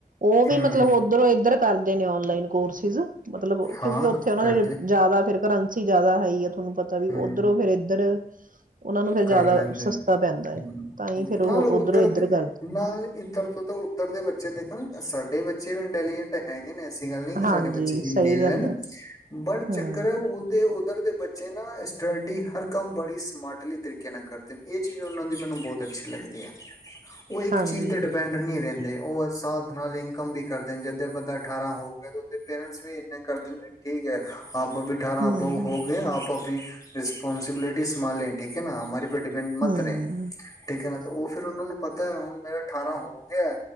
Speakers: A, on the right; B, on the left.
A: ਉਹ ਵੀ
B: ਹਮ
A: ਮਤਲਬ ਉੱਧਰੋਂ ਇੱਧਰ ਕਰਦੇ ਨੇ ਔਨਲਾਈਨ ਕੋਰਸਿਸ ਮਤਲਬ
B: ਹਾਂ
A: ਕਿਉਂਕਿ ਉੱਥੇ ਉਹਨਾਂ
B: ਕਰਦੇ
A: ਨੇ ਜ਼ਿਆਦਾ ਫੇਰ ਕਰੰਸੀ ਜ਼ਿਆਦਾ ਹੈ ਹੀ ਤੁਹਾਨੂੰ ਪਤਾ ਵੀ
B: ਹਮ
A: ਉੱਧਰੋਂ ਫਿਰ ਇੱਧਰ ਉਹਨਾਂ ਨੂੰ ਫਿਰ ਜ਼ਿਆਦਾ
B: ਕਰ ਲੈਂਦੇ
A: ਸਸਤਾ
B: ਨੇ
A: ਪੈਂਦਾ ਹੈ ਤਾਂ ਹੀ ਫਿਰ ਉਹ
B: ਨਾਲ ਉੱਧਰ
A: ਉੱਧਰੋਂ ਇੱਧਰ
B: ਦੇ
A: ਕਰਦੇ
B: ਨਾਲ ਇੱਧਰ ਤੋਂ ਤਾਂ ਉੱਧਰ ਦੇ ਬੱਚੇ ਦੇਖਣ ਸਾਡੇ ਬੱਚੇ ਵੀ ਇੰਟੈਲੀਜੈਂਟ ਹੈਗੀ ਨਹੀਂ ਸੀ ਗੱਲ ਨਹੀਂ ਕਿ
A: ਹਾਂਜੀ
B: ਸਾਡੇ ਬੱਚੇ
A: ਸਹੀ ਗੱਲ
B: ਲਣ
A: ਹੈ
B: ਬਟ
A: ਹਮ
B: ਚੱਕਰ ਉਹਦੇ ਉੱਧਰ ਦੇ ਬੱਚੇ ਨਾ ਟਰੇਡੀ ਹਰ ਕੰਮ ਬੜੀ ਸਮਾਰਟਲੀ ਤਰੀਕੇ ਨਾਲ ਕਰਦੇ ਨੇ ਇਹ ਚੀਜ਼ ਉਹਨਾਂ ਦੀ ਮੈਨੂੰ ਬਹੁਤ ਅੱਛੀ ਲੱਗਦੀ ਹੈ। ਉਹ ਇੱਕ
A: ਹਾਂਜੀ
B: ਚੀਜ਼ ਤੇ ਡਿਪੈਂਡ ਨਹੀਂ ਰਹਿੰਦੇ ਉਹ ਹਿਸਾਬ ਨਾਲ ਇਨਕਮ ਵੀ ਕਰਦੇ ਜਿੱਥੇ ਬੰਦਾ ਅਠਾਰਾਂ ਹੋ ਗਿਆ ਉਹਦੇ ਪੇਰੈਂਟਸ ਵੀ ਇੰਨੇ ਕਰਦੇ ਠੀਕ ਹੈ ਆਪ ਵੀ ਠਾਰਾਂ
A: ਹਮ
B: ਹੋ ਗਏ ਆਪ ਆਪਣੀ ਰਿਸ ਰਿਸਪੋਂਸਿਬਿਲਟੀ ਸੰਮਾਲ ਲੈਂਨ ਹੈ ਨਾ ਹਮਾਰੀ ਪਰ ਡਿਪੈਂਡ ਮਤ
A: ਹਮ
B: ਰੇ ਠੀਕ ਹੈ ਨਾ ਉਹ ਫਿਰ ਉਹ ਉਹਨਾਂ ਨੂੰ ਪਤਾ ਹੁਣ ਮੇਰਾ ਅਠਾਰਾਂ ਹੋ ਗਿਆ